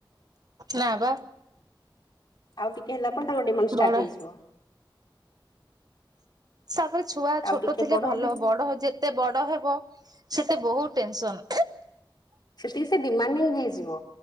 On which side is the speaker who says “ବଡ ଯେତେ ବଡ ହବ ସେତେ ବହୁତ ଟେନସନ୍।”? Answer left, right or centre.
Right